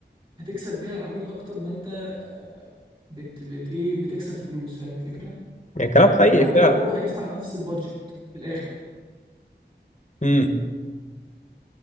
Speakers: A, on the right; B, on the left.
A: هتكسب بيها العميل اكتر ما انت آه، بت بت ايه بتكسب فلوس فاهم الفكره
B: يعني كلام حقيقي
A: حتى
B: فعلا
A: لو هو هيدفع نفس البادجت في الاخر
B: امم